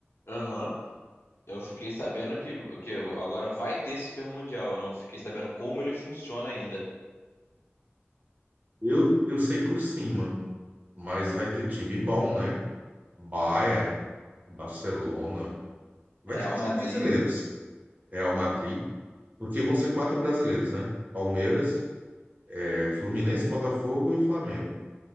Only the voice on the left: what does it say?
Aham. Eu fiquei sabendo que, que agora vai ter Super Mundial. Eu não fiquei sabendo como ele funciona ainda.
Real
Madrid.